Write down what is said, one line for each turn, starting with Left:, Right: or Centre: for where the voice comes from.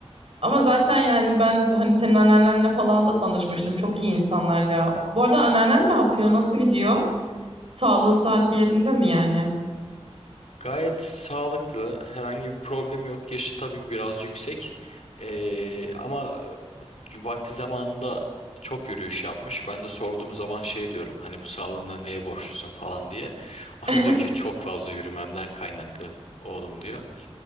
Right: Ama zaten yani ben hani senin anneannenle falan da tanışmıştım. Çok iyi insanlar ya. Bu arada anneannen ne yapıyor? Nasıl gidiyor? Sağlığı saati yerinde mi yani?
Left: Gayet sağlıklı, herhangi bir problem yok. Yaşı tabii ki biraz yüksek. Ee, ama vakti zamanında çok yürüyüş yapmış. Ben de sorduğum zaman şey diyorum, hani bu sağlığına neye borçlusun falan diye. <laughs> O
Right: <laughs>
Left: da diyor ki çok fazla yürümemden kaynaklı oğlum diyor.